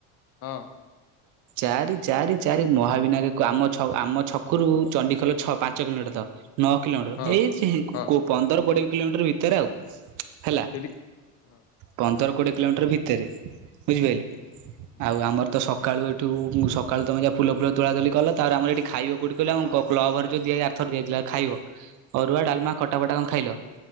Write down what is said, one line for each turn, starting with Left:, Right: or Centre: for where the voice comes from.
Left: ହଁ।
Right: ଚାରି, ଚାରି, ଚାରି ମହାବିନାୟକ ଆମ ଆମ ଛକରୁ ଚଣ୍ଡିଖୋଲ ଛଅ ପାଞ୍ଚ କିଲୋମିଟର ଧ। ନଅ କିଲୋମିଟର
Left: ହଁ
Right: ଏଇ
Left: ହଁ
Right: ପନ୍ଦର କୋଡିଏ କିଲୋମିଟର ଭିତରେ ଆଉ। ହେଲା
Left: ହୁଁ ସେଠି ହଁ
Right: ପନ୍ଦର କୋଡିଏ କିଲୋମିଟର ଭିତରେ। ବୁଝିପାରିଲୁ
Left: ହୁଁ ହୁଁ
Right: ଆଉ ଆମର, ତ ସକାଳୁ ଏଠୁ ସକାଳୁ ତୁମେ ଯାହା ଫୁଲ ଫୁଲ ତୋଳାତୋଳି କଲ ତାପରେ ଆମର ଏଇଠି ଖାଇବ କୋଉଠି କହିଲୁ ଆମ କ୍ଲବ୍ ଘରେ ଯୋଉ ଦିଆ। ଥରେ ଦିଆ ଯାଇଥିଲା ଖାଇବ ଅରୁଆ
Left: ହୁଁ
Right: ଡାଲମା ଖଟା ଫଟା କଣ ଖାଇଲ।